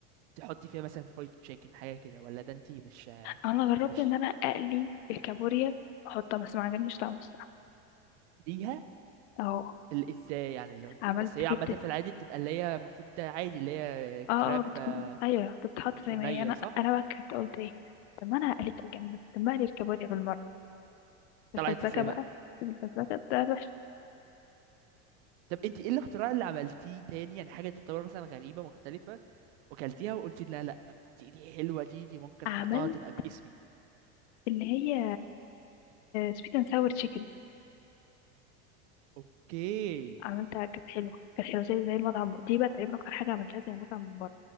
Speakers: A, on the right (about 70°); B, on the left (about 75°).
A: تحطي فيها مثلا فرايد تشيكن حاجة كده ولا ده انت مش
B: انا جربت
A: مش
B: ان انا اقلي الكابوريا واحطها بس ما عجبنيش طعمه الصراحه
A: ليها
B: اهو
A: ال- ازاي يعني لو انت
B: عملت
A: بس هي عامة
B: جبت
A: في العادي بتبقى اللي هي المفروض ده عادي اللي هي
B: اه
A: كراب
B: اه بتكون
A: آه،
B: ايوه بتتحط
A: بتكون
B: زي ما
A: نية
B: هي انا
A: صح؟
B: انا بقى كنت قلت ايه طب ما انا قليت الجمبري طب ما اقلي الكابوريا بالمره
A: طلعت
B: الفزلكه
A: ازاي
B: بقى
A: بقى؟
B: الفزلكه بتاعت وحش
A: طب انت ايه الاختراع اللي عملتيه تاني يعني حاجة تعتبر مثلا غريبة مختلفة وكلتيها وقلتي لا لا دي دي حلوة دي دي ممكن
B: عملت
A: احطها تبقى باسمي
B: اللي هي سويت اند ساور تشيكن
A: اوكي
B: عملتها كانت حلوه كانت حلوه زي زي المطعم دي بقى تقريبا اكتر حاجه عملتها زي المطعم من بره